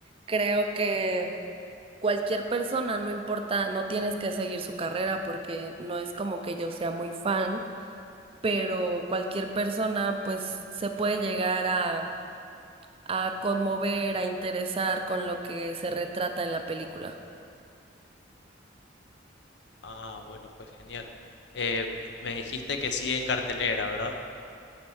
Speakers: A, on the right (about 30°); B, on the left (about 65°).
A: Creo que Cualquier persona, no importa, no tienes que seguir su carrera porque no es como que yo sea muy fan, pero cualquier persona pues se puede llegar a, a conmover, a interesar con lo que se retrata en la película.
B: Ah, bueno, pues genial. Em, me dijiste que sigue en cartelera, ¿verdad?